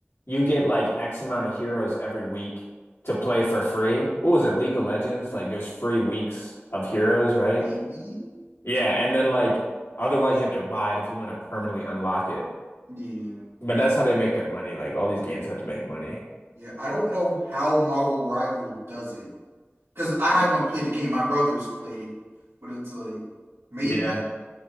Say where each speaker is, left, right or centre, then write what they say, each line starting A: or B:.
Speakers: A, on the left; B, on the right.
A: you get like X amount of heroes every week to play for free. What was it, League of Legends? Like there's free weeks of heroes, right?
B: Maybe?
A: Yeah, and then like otherwise you have to buy it if you want to permanently unlock it.
B: Yeah.
A: But that's how they make their money. Like all these games have to make money.
B: Yeah. I don't know how Marvel Rival does it because I haven't played the game. My brothers play it, but it's like maybe,
A: Yeah.